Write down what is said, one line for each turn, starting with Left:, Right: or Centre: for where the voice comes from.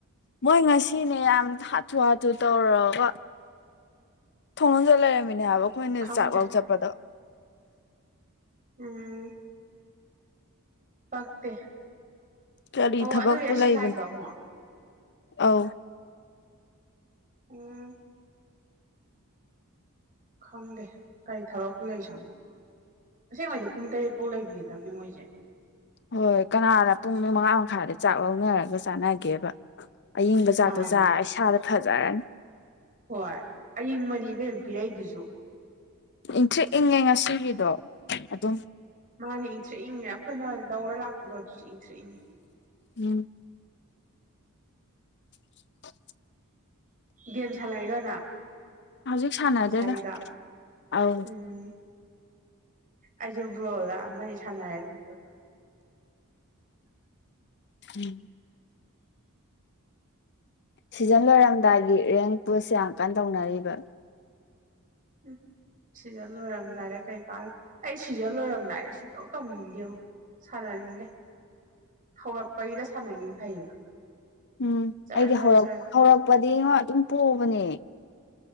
Left: ꯃꯣꯏ ꯉꯁꯤꯅꯦ ꯌꯥꯝ ꯍꯥꯊꯨ ꯍꯥꯊꯨ ꯇꯧꯔꯒ ꯊꯣꯡꯂꯣꯟꯖꯟ ꯂꯩꯔꯝꯃꯦ ꯅꯦ ꯍꯥꯏꯕ ꯑꯈꯣꯏꯅ
Right: ꯈꯪꯗꯦ
Left: ꯆꯥꯛ ꯂꯧ ꯆꯠꯄꯗꯣ
Right: ꯎꯝ ꯄꯛꯇꯦ
Left: ꯀꯔꯤ
Right: ꯑꯣ
Left: ꯊꯕꯛꯄꯨ
Right: ꯑꯗꯨꯒꯤꯔ ꯁꯤ
Left: ꯂꯩꯕꯅꯣ
Right: ꯂꯥꯛꯏꯗꯣ ꯑꯃꯨꯛ
Left: ꯑꯧ
Right: ꯎꯝ ꯈꯪꯗꯦ ꯀꯔꯤ ꯊꯕꯛꯄꯨ ꯂꯩꯖꯥꯅꯣ ꯑꯁꯦꯡꯕꯩꯗꯤ ꯄꯨꯡ ꯇꯔꯦꯠ ꯐꯧ ꯂꯩꯕꯤꯒꯗꯝꯅꯦ ꯃꯣꯏꯁꯦ
Left: ꯍꯣꯏ ꯀꯅꯥꯅ ꯄꯨꯡ ꯃꯉꯥ ꯃꯈꯥꯏꯗ ꯆꯥꯛ ꯂꯧꯅꯔꯒ ꯆꯥꯅꯒꯦꯕ ꯑꯏꯤꯡꯕ ꯆꯥꯛꯇꯣ
Right: ꯃꯥꯅꯦ
Left: ꯆꯥꯔ ꯏꯁꯥꯗ ꯐꯖꯔꯅꯤ
Right: ꯍꯣꯏ ꯑꯌꯤꯡꯕꯅꯤ ꯄꯤꯔꯛꯏꯗꯨꯖꯨ
Left: ꯏꯪꯊ꯭ꯔꯤꯛ ꯏꯪꯉꯦ ꯉꯁꯤꯒꯤꯗꯣ ꯑꯗꯨꯝ
Right: ꯃꯥꯅꯦ ꯏꯪꯊ꯭ꯔꯤꯛ ꯏꯪꯉꯦ ꯑꯩꯈꯣꯏꯅ ꯂꯧꯔ ꯂꯥꯛꯄꯗꯣ ꯏꯪꯊ꯭ꯔꯤꯛ ꯏꯪꯉꯦ
Left: ꯎꯝ <unintelligible>
Right: ꯒꯦꯝ ꯁꯥꯟꯅꯔꯤꯔꯣ ꯅꯪ
Left: ꯍꯧꯖꯤꯛ ꯁꯥꯟꯅꯗꯦꯗ
Right: ꯉꯁꯥꯏꯒꯤꯗꯣ
Left: ꯑꯧ
Right: ꯎꯝ ꯑꯩꯁꯨ ꯕ꯭ꯔꯣꯗ ꯑꯃꯗꯤ ꯁꯥꯟꯅꯔꯅꯤ
Left: ꯎꯝ ꯁꯤꯖꯟ ꯂꯣꯏꯔꯝꯗꯥꯏꯒꯤ ꯔꯦꯡ ꯄꯨꯁ ꯌꯥꯝ ꯀꯥꯟ ꯇꯧꯅꯔꯤꯕ
Right: ꯎ ꯁꯤꯖꯟ ꯂꯣꯏꯔꯝꯗꯥꯏꯔ ꯀꯩꯀꯥ ꯑꯩ ꯁꯤꯖꯟ ꯂꯣꯏꯔꯝꯗꯥꯏꯔ ꯁꯨꯡꯇꯧ ꯇꯧꯅꯤꯡꯗꯦꯕꯣ ꯁꯥꯅꯅꯤꯡꯗꯦ ꯍꯧꯔꯛꯄꯒꯤꯗ ꯁꯥꯟꯅꯒꯤꯝꯅ ꯐꯩꯌꯦꯕ
Left: ꯎꯝ
Right: ꯖꯔ
Left: ꯑꯩꯗꯤ
Right: ꯖꯔ
Left: ꯍꯧꯔꯛ
Right: ꯖꯔ
Left: ꯍꯧꯔꯛꯄꯗꯤ ꯉꯣ ꯑꯗꯨꯝ ꯄꯣꯕꯅꯦ